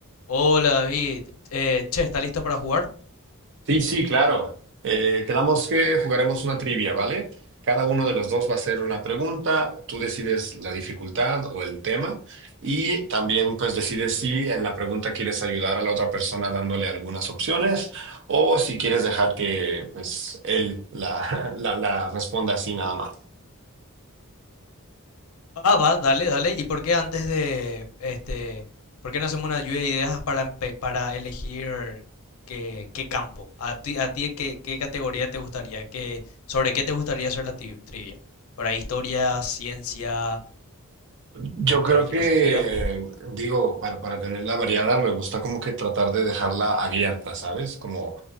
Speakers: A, on the left (about 70°); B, on the right (about 55°).
A: Hola David, eh, che, ¿está listo para jugar?
B: Sí, sí, claro. Eh, quedamos que jugaremos una trivia, ¿vale? Cada uno de los dos va a hacer una pregunta, tú decides la dificultad o el tema y también pues decides si en la pregunta quieres ayudar a la otra persona dándole algunas opciones o si quieres dejar que pues él la, <laughs> la, la responda así nada más.
A: Ah, va, dale, dale. ¿Y por qué antes de, este, por qué no hacemos una lluvia de ideas para, empe- para elegir qué, qué campo? ¿A ti, a ti qué, qué categoría te gustaría? ¿Qué, sobre qué te gustaría hacer la tri- trivia? ¿Para historia, ciencia,
B: Yo
A: este,
B: creo
A: filosofía?
B: que, digo, para, para tenerla variada, me gusta como que tratar de dejarla abierta, ¿sabes? Como